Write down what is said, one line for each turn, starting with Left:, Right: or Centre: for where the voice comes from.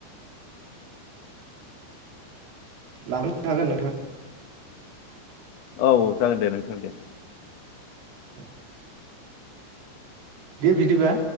Right: लांबोनो हागोन नोंथाङा
Left: औ जागोन दे नोंथां दे
Right: ओ दे बिदिबा